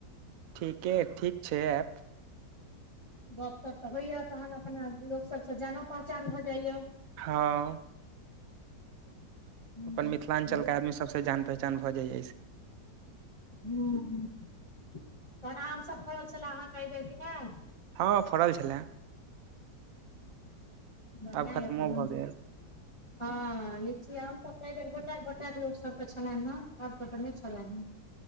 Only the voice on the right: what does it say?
ठीके ठीक छै ऐप
हँ
अपन मिथिलाञ्चलके आदमी सबस जान पहचान भऽ जाय अछि
हँ फड़ल छलए
आब खत्मो
भऽ गेल